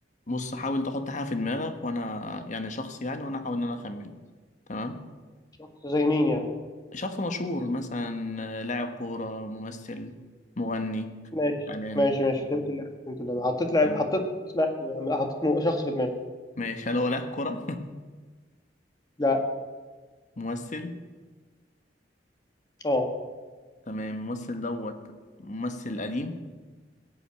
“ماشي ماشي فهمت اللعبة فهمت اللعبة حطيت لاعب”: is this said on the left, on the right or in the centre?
Left